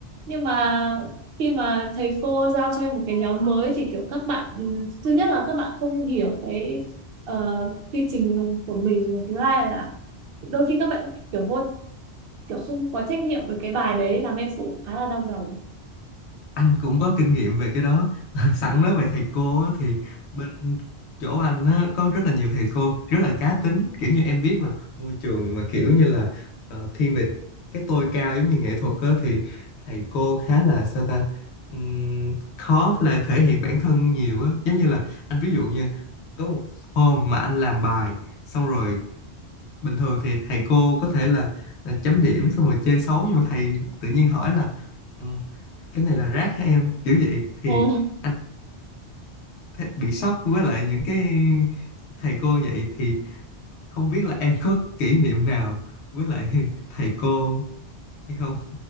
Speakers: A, on the right (about 60°); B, on the left (about 75°).
A: nhưng mà khi mà thầy cô giao cho em một cái nhóm mới thì kiểu các bạn ừ, thứ nhất là các bạn không hiểu cái ờ, quy trình của mình và thứ hai là đôi khi các bạn kiểu vô kiểu không có trách nhiệm với cái bài đấy làm em cũng khá là đau đầu
B: anh cũng có kinh nghiệm về cái đó <laughs> sẵn nói về thầy cô á, thì bên chỗ anh á, có rất là nhiều thầy cô rất là cá tính kiểu như em biết mà môi trường mà kiểu như là ờ, thiên về cái tôi cao giống như nghệ thuật á, thì thầy cô khá là sao ta Ừm, khó là thể hiện bản thân nhiều á giống như là anh ví dụ như có một hôm mà anh làm bài xong rồi bình thường thì thầy cô có thể là là chấm điểm xong rồi chê xấu nhưng mà thầy tự nhiên hỏi là "Ừ, cái này là rác hả em kiểu vậy thì
A: Ồ,
B: anh th- bị sốc với lại những cái thầy cô vậy thì không biết là em có kỷ niệm nào với lại <laughs> thầy cô hay không